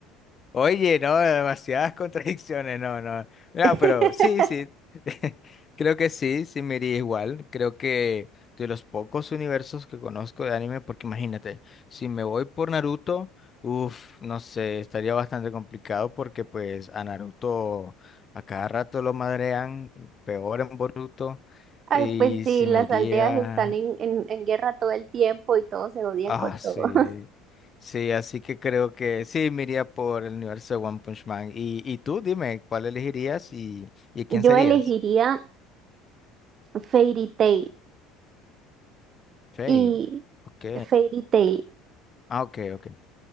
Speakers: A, on the left; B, on the right.
A: Oye, no, demasiadas <laughs> contradicciones, no, no. No,
B: <laughs>
A: pero sí, sí. <laughs> Creo que sí, sí me iría igual. Creo que de los pocos universos que conozco de anime, porque imagínate, si me voy por Naruto, uff, no sé, estaría bastante complicado porque pues a Naruto a cada rato lo madrean, peor en Boruto.
B: Ay,
A: Y
B: pues sí,
A: si
B: las
A: me iría
B: aldeas están en, en- en guerra todo el tiempo y todos se odian
A: Ah,
B: con
A: sí.
B: todo. <laughs>
A: Sí, así que creo que sí, me iría por el universo de One Punch Man. Y, y tú, dime, ¿cuál elegirías y, y quién
B: Yo
A: serías?
B: elegiría Fairy Tail
A: Fate.
B: y
A: Ok.
B: Fairy Tail
A: Ah, ok, ok.